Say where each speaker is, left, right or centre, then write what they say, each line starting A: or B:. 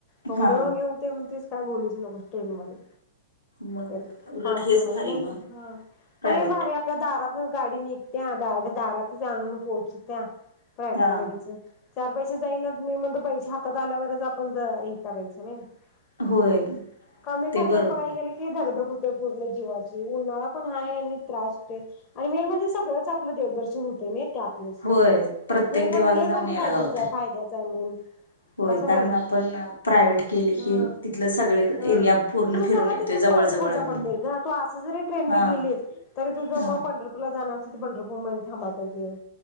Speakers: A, on the left (about 35°); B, on the left (about 90°).
A: एवढं
B: हा
A: हे होतय म्हणतीस काय बोलूच नकोस टेन मध्ये
B: मग
A: तेन
B: उलट
A: फास्ट
B: हेच
A: मध्ये
B: भारी
A: नाही
B: मग
A: ह
B: प्रायव्हेट
A: हे भरी आपल्या दारात गाडी निघत्या डायरेक्ट दारात आणुन पोहचत्या प्रायव्हेट
B: हा
A: गाडीच चार पैसे जाईन मी म्हणतो पैसे हातात आल्यावरच आपण हे करायचं नाही असं
B: होय
A: होत कमी
B: ते
A: खर्चात
B: बरं
A: बघाय
B: पडेल
A: गेले की धगधग होती त्या पूर्ण जीवाची उन्हाळा पण आहेा. आणि त्रास होते आणि मेन म्हणजे सगळंच आपलं देवदर्शन होतय नाही. त्या आपलेस
B: होय प्रत्येक
A: हे
B: देवाला
A: पण हे
B: जाऊन
A: पण
B: यायला
A: फायद्याच
B: गावतय
A: फायद्याचं आहे. जाऊन येऊन
B: होय
A: असं
B: कारण
A: पण आहे
B: आपण प्रायव्हेट केले
A: ह
B: की तिथलं सगळे
A: हा
B: एरिया पूर्ण
A: तुझ
B: फिरून
A: सगळ
B: येतोय
A: तिथ
B: जवळ जवळ
A: खर्च
B: आहे म्हणून
A: पडतो तू अस जरी ट्रेनने
B: हा
A: गेलीस तरी तुझ मग
B: हा
A: पंढरपूरला जाणार पंढरपूरमध्ये थांबा पाहिजे